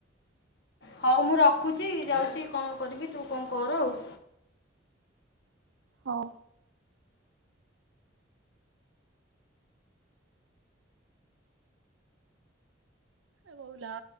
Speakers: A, on the left (about 60°); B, on the right (about 75°).
A: ହଉ ମୁଁ ରଖୁଛି ଯାଉଚି କଣ କରିବି। ତୁ କଣ କର ଆଉ।
B: ହଁ। ଏ ବୋଉଲ।